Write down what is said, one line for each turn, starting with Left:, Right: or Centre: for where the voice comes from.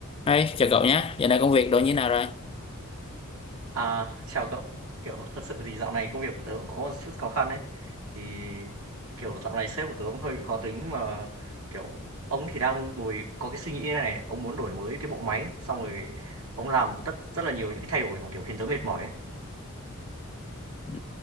Left: Hey, chào cậu nhé. Giờ này công việc đồ như nào rồi?
Right: À, chào cậu. Kiểu thật sự thì dạo này công việc của tớ cũng có một chút khó khăn ấy. Thì kiểu dạo này sếp của tớ cũng hơi bị khó tính mà kiểu ông thì đang ngồi có cái suy nghĩ này này, ông muốn đổi mới cái bộ máy xong rồi ông làm tất rất là nhiều những cái thay đổi mà kiểu khiến tớ mệt mỏi
Left: Ừ,